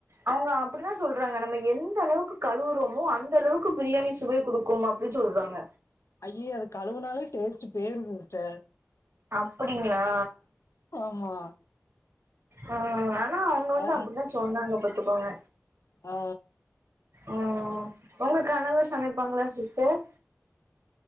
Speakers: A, on the right; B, on the left.
A: அவங்க அப்டிதா சொல்றாங்க நம்ம எந்த அளவுக்கு கழுவுறமோ அந்த அளவுக்கு பிரியாணி சுவை குடுக்கும் அப் இப்டி சொல்றாங்க
B: ஐய்யோ அது கழுவுனாலே டேஸ்ட் போயிரும் சிஸ்டர்
A: அப்டிங்ளா
B: ஆமா
A: ஆ ஆனா அவுங்க வந்து
B: அ
A: அப்டித்தா சொன்னாங்க பாத்துக்கோங்க
B: ஆ
A: ம் உங்க கணவர் சமைப்பாங்ளா சிஸ்டர்